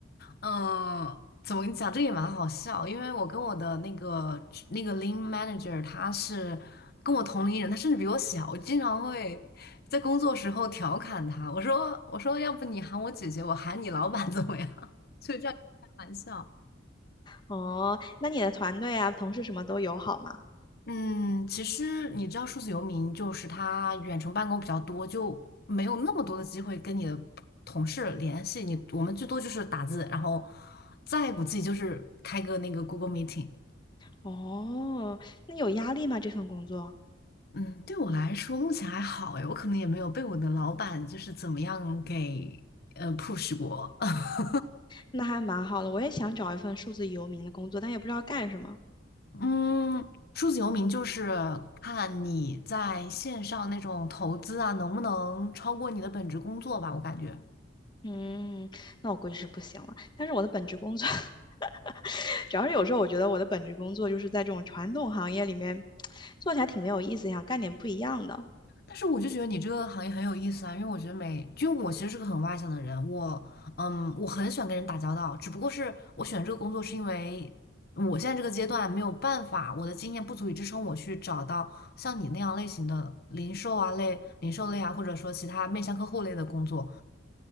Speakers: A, on the left (about 55°); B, on the left (about 25°).
A: 嗯，怎么跟你讲？这个也蛮好笑，因为我跟我的那个那个 lean manager，他是跟我同龄人，他甚至比我小。我经常会在工作时候调侃他，我说我说，要不你喊我姐姐，我喊你老板怎么样？<laughs> 所以这样开玩笑。
B: 哦，那你的团队啊，同事什么都友好吗？
A: 嗯，其实你知道，数字游民就是他远程办公比较多，就没有那么多的机会跟你的同事联系。你我们最多就是打字，然后再不济就是开个那个 Google Meeting。
B: 哦，那有压力吗？这份工作？
A: 嗯，对我来说目前还好诶，我可能也没有被我的老板就是怎么样给呃 push 过。<laughs>
B: 那还蛮好的，我也想找一份数字游民的工作，但也不知道干什么。
A: 嗯，数字游民就是看你在线上那种投资啊，能不能超过你的本职工作吧，我感觉。
B: 嗯，那我估计是不行了。但是我的本职工作 <laughs> 主要是有时候我觉得我的本职工作就是在这种传统行业里面 <tsk> 做起来挺没有意思，想干点不一样的。
A: 但是我就觉得你这个行业很有意思啊，因为我觉得每，就我其实是个很外向的人，我，嗯，我很喜欢跟人打交道，只不过是我选这个工作是因为我现在这个阶段没有办法，我的经验不足以支撑我去找到像你那样类型的零售啊类、零售类啊，或者说其他面向客户类的工作，